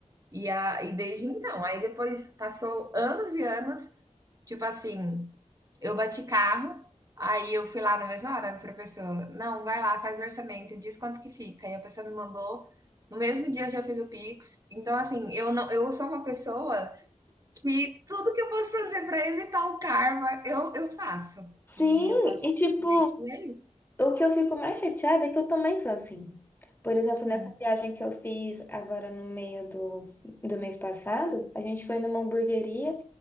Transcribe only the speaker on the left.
Sim,
e tipo.
O que eu fico mais chateada é que eu também sou assim. Por exemplo,
nessa viagem que eu fiz agora no meio do, do mês passado, a gente foi numa hamburgueria